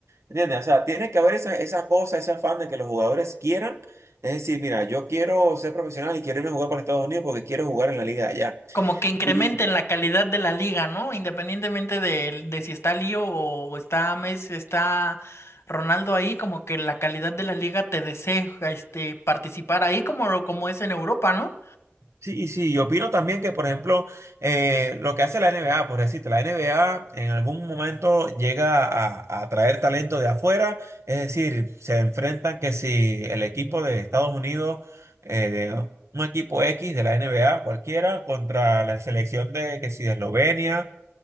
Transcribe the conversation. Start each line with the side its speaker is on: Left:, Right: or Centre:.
Right: ¿Entiendes? O sea, tiene que haber esa, esa cosa, ese afán de que los jugadores quieran es decir, mira, yo quiero ser profesional y quiero irme a jugar para Estados Unidos porque quiero jugar en la liga de allá.
Left: Como que incrementen
Right: Y
Left: la calidad de la liga, ¿no? Independientemente de, de si está Lío o está Messi, está Ronaldo ahí, como que la calidad de la liga te desee este, participar ahí, como, como es en Europa, ¿no?
Right: sí, sí, yo opino también que, por ejemplo, eh, lo que hace la NBA, por decirte, la NBA en algún momento llega a, a traer talento de afuera, es decir, se enfrentan que si el equipo de Estados Unidos, eh, de un equipo X de la NBA cualquiera, contra la selección de que si de Eslovenia